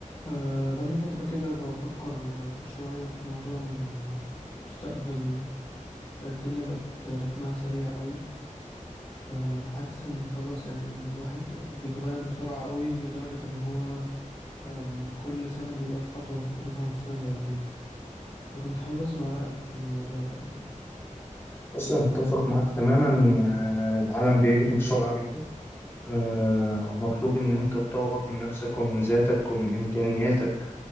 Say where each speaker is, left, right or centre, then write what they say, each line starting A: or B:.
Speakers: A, on the left; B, on the left.
A: أه بقالي فترة كده بفكر شوية في موضوع المستقبل الدنيا بقت رتمها سريع قوي فحاسس ان خلاص يعني ان الواحد بيتغير بسرعة قوي لدرجة ان هو أم، كل سنة بيبقى في خطوة مختلفة عن السنة اللي قبليها فكنت حابب اسمع رأيك في الموضوع ده يعني
B: بص أنا متفق معاك تماما آه، العالم بيجري بسرعة جدا آه، ومطلوب إن أنت تطور من نفسك ومن ذاتك ومن إمكانياتك